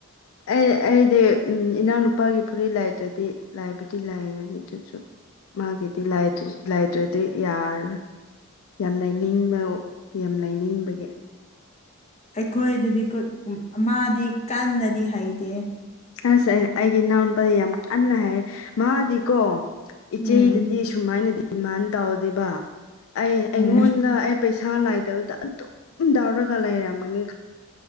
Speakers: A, on the left (about 65°); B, on the left (about 30°).
A: ꯑꯩ ꯑꯩꯗꯤ ꯎꯝ ꯏꯅꯥꯎꯅꯨꯄꯥꯒꯤ ꯐꯨꯔꯤ ꯂꯥꯏꯇ꯭ꯔꯗꯤ ꯂꯥꯏꯕꯨꯗꯤ ꯂꯥꯏꯒꯅꯤ ꯑꯗꯨ ꯑꯗꯨꯁꯨ ꯃꯥꯒꯤꯗꯤ ꯂꯥꯏꯇ꯭ꯔꯗꯤ ꯌꯥꯔꯣꯏ ꯌꯥꯝ ꯂꯥꯏꯅꯤꯡꯕ ꯌꯥꯝ ꯂꯥꯏꯅꯤꯡꯕꯒꯤ
B: ꯑꯩꯈꯣꯏꯗꯗꯤ ꯃꯥꯗꯤ ꯀꯟꯅꯗꯤ ꯍꯩꯗꯦ
A: ꯑꯁ ꯑꯩ ꯑꯩꯒꯤ ꯏꯅꯥꯎꯅꯄꯥꯔꯤꯩ ꯌꯥꯝ ꯀꯟꯅ ꯍꯥꯏ ꯃꯥꯗꯤꯀꯣ ꯏꯆꯦꯗꯗꯤ
B: ꯎꯝ
A: ꯁꯨꯃꯥꯏꯅ ꯗꯤꯃꯥꯟ ꯇꯧꯗꯦꯕ ꯑꯩ ꯑꯩꯉꯣꯟꯗ
B: ꯎꯝ
A: ꯑꯩ ꯄꯩꯁꯥ ꯏꯁꯥ ꯂꯥꯏꯗꯕꯗ ꯑꯗꯨꯝ ꯌꯥꯗꯥꯎꯔꯒ ꯂꯩꯔꯝꯒꯅꯤ